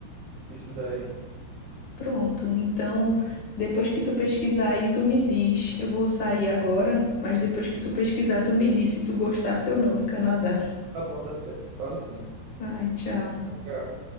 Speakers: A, on the right; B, on the left.
A: isso daí.
B: Pronto. Então, depois que tu pesquisar aí, tu me diz. Eu vou sair agora, mas depois que tu pesquisar, tu me diz se tu gostasse ou não do Canadá.
A: Tá bom, tá certo. Fala sim.
B: Vai, tchau.
A: Tchau.